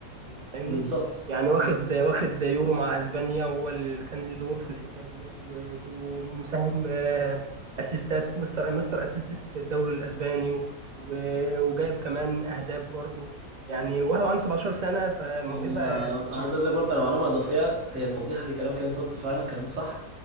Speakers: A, on the right; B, on the right.
A: انت فاهمني
B: بالظبط
A: يعني واخد واخد يورو مع اسبانيا وهو اللي كان ليه دور في الحكايه ديت و- ومساهم آه، اسيستات مستر مستر اسيست في الدوري الاسباني و- و- وجايب كمان اهداف برضو يعني وهو عنده 17 سنه فموهبه
B: انا
A: كبيره
B: عايز اقول لك برضه على معلومه اضافيه هي توضيحا لكلامك اللي انت قلته فعلا كلامك صح